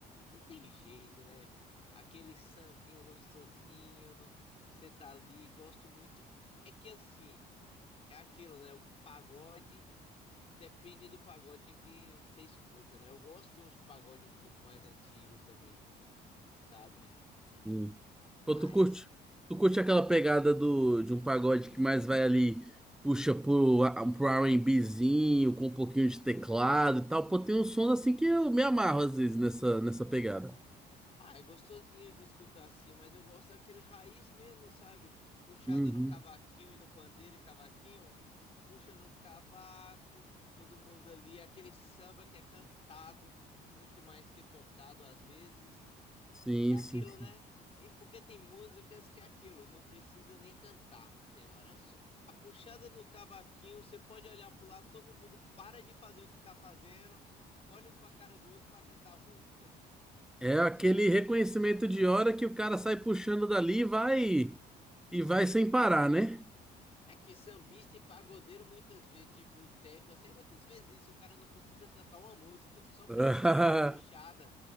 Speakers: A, on the left; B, in the centre.
A: não tem jeito, né? Aquele sambinha gostosinho, você tá ali, gosto muito. É que assim, é aquilo, né? O pagode Depende do pagode que você escuta, né? Eu gosto de uns pagode um pouco mais antigo também, sabe?
B: sim. Pô,
A: Mas,
B: tu curte? Tu curte aquela pegada do, de um pagode que mais vai ali, puxa pro, a- pro R&Bzinho, com um pouquinho de teclado e tal. Pô, tem uns sons assim que eu me amarro às vezes nessa, nessa pegada.
A: ah, é gostosinho de escutar assim, mas eu gosto daquele raiz mesmo, sabe? Puxada
B: Uhum.
A: no cavaquinho e no pandeiro e cavaquinho, puxa no cavaco, todo mundo ali, aquele samba que é cantado, muito mais que tocado às vezes.
B: Sim,
A: Porque é
B: sim.
A: aquilo, né? E porque tem músicas que é aquilo, não precisa nem cantar, tem hora. É só- A puxada do cavaquinho, você pode olhar pro lado, todo mundo para de fazer o que tá fazendo, olha um pra cara do outro pra cantar a música.
B: É aquele reconhecimento de hora que o cara sai puxando dali e vai e vai sem parar, né?
A: É que sambista e pagodeiro, muitas vezes, de boteco, assim, é muitas vezes isso. O cara não precisa cantar uma música, só
B: <laughs>
A: precisa fazer a puxada.